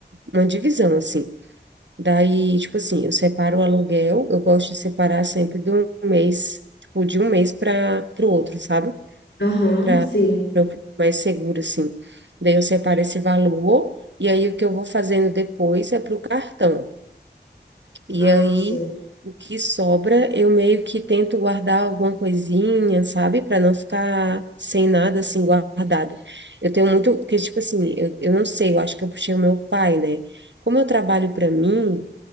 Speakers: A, on the right (about 85°); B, on the left (about 80°).
A: uma divisão, assim. Daí, tipo assim, eu separo o aluguel, eu gosto de separar sempre do mês, tipo, de um mês para o outro, sabe?
B: aham,
A: Para
B: sim.
A: eu ficar mais seguro assim. Daí eu separo esse valor, e aí o que eu vou fazendo depois é para o cartão. E
B: Ah,
A: aí,
B: sim.
A: o que sobra, eu meio que tento guardar alguma coisinha, sabe? Para não ficar sem nada assim guardado. Eu tenho muito, porque, tipo assim, eu, eu não sei, eu acho que eu puxei o meu pai, né? Como eu trabalho para mim,